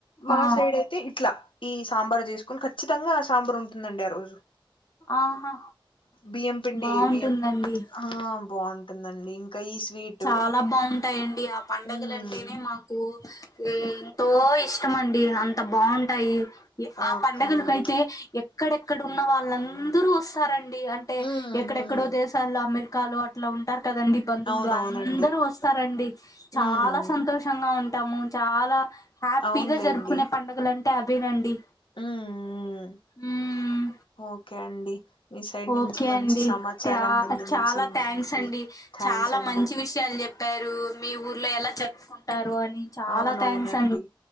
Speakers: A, on the left; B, on the left.
A: మా
B: ఆ
A: సైడ్ అయితే ఇట్లా ఈ సాంబార్ చేసుకొని ఖచ్చితంగా ఆ సాంబార్ ఉం టుందండి ఆరోజు
B: ఆహా
A: బియ్యం పిండి
B: బావుంటుందండి
A: బియ్యం హా బాగుంటుందండి ఇంకా ఈ స్వీట్
B: చాలా బాగుంటయండి ఆ పండగలంటేనే
A: ఉమ్
B: మాకు ఎంతో ఇష్టమండి అంతా బాగుంటయి ఆ
A: ఓకే
B: పండగలకైతే
A: అండి
B: ఎక్కడెక్కడ ఉన్న వాళ్ళందరూ వస్తారండి అం టే
A: ఉమ్
B: ఎక్కడెక్కడో
A: ఉమ్
B: దేశాల్లో అమెరికాలో అట్లా ఉంటారు కదండి బంధువులు
A: అవునవునండి
B: అందరూ వస్తారండి చాలా
A: ఉమ్
B: సంతోషంగా ఉంటాము చాలా హ్యాపీగా
A: అవునులేండి
B: జరుపుకునే పండగలంటే అదేనండి
A: ఉమ్ ఉమ్
B: ఉమ్మ్
A: ఓకే అండి మీ సైడ్
B: ఓకే
A: నుంచి మంచి
B: అండి
A: సమాచారాన్ని
B: థ్యా
A: అందించిందికు
B: చాలా థ్యాంక్స్ అండి
A: థ్యాంక్స్
B: చాలా
A: అండి
B: మంచి వి షయాలు చెప్పారు మీ ఊర్లో ఎలా జరుపుకుంటారో అని చాలా
A: అవునవునండి
B: థ్యాంక్స్